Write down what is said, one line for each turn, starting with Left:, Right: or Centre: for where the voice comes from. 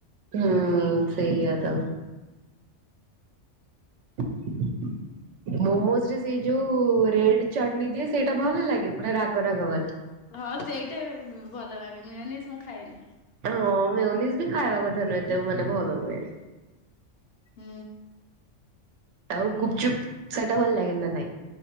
Right: ହୁଁ ସେଇଆ ତ <unintelligible> ମୋମୋଜ ରେ ସେଇ ଯୋଉ ରେଡ ଚଟନୀ ଦିଏ ସେଇଟା ଭଲ ଲାଗେ ମାନେ ପୁରା ରାଗ ରାଗ ବାଲା?
Left: ହଁ ସେଇଟା ଭଲ ଲାଗେ ମେଓନିଜ ମୁଁ ଖାଏନା।
Right: ହଁ ମେଓନିଜ ବି ଖାଇବା କଥା ନୁହେଁ ଏତେ ମାନେ ଭଲ ନୁହେଁ।
Left: ହୁଁ
Right: ଆଉ ଗୁପଚୁପ୍ ସେଇଟା ଭଲ ଲାଗେ ନା ନାଇଁ।